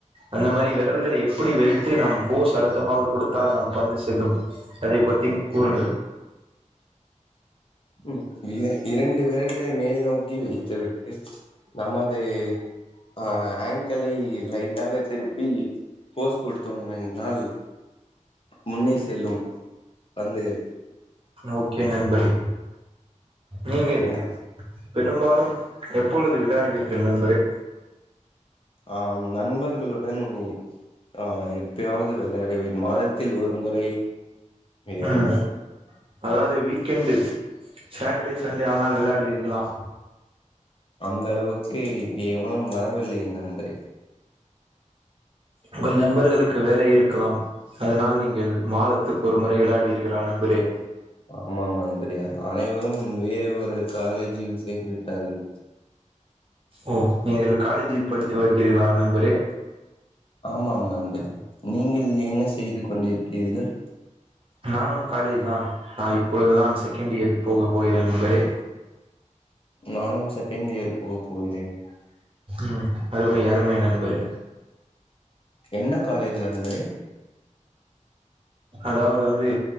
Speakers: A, on the right; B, on the left.
A: அந்த மாரி விரல்களை எப்படி படி வைத்து நம் போஸ் அழுத்தமாக கொடுத்தால் நம் பந்து செல்லும் அதை பத்தி கூறுங்கள்
B: ம் இர இரண்டு விரல்களை மேல் நோக் க்கி வெழுத்து விட்டு நமது ஆ அங்களை லைட்டாக திருப்பி போஸ் கொடுத்தோம் என்றால் முன்னே செல்லும் பந்துகள்
A: ஓகே நன்பரே நீங்கள்
B: எனக்
A: பெரும்பாலும் எப்பொழுது விளையாடுவீர்கள் நண்பரே
B: ஆம் நண்பர்களுடன் ஆ எப்பயாவது விளையாடுவேன் மாதத்தில் ஒரு முறை விளையாடுவேன்
A: உம் அதாவது வீக்கெண்டு சாட்டர்டே சண்டே ஆனால் விழையாடுவிர்களா
B: அந்தளவுக்கு இங்கே எவனும் வரவில்லை நண்பரே
A: உங்கள் நண்பர்களுக்கு வேலை இருக்கலாம் அதனால் நீங்கள் மாதத்துக்கு ஒரு முறை விளையாடுவீர்களா நண்பரே
B: ஆமாம் நண்பரே அனைவரும் வேற ஒரு காலேஜில் சேர்ந்து விட் டார்கள்
A: ஓ நீங்கள் காலேஜில் படித்து வருகிறீர்களா நண்பரே
B: ஆமாம் நண்பர் நீங்கள் என்ன செய்து கொண்டிருக்கிறீர்கள்
A: நானும் காலேஜ் தான் நான் இப்பொழுதுதான் செகண்ட் இயர் போக போகிறேன் நண்பரே
B: நானும் செகண்ட் இயர் போக போகிறேன்
A: ம் அருமை அருமை நண்பரே
B: என்ன காலேஜ் நண்பரே
A: அதாவது வந்து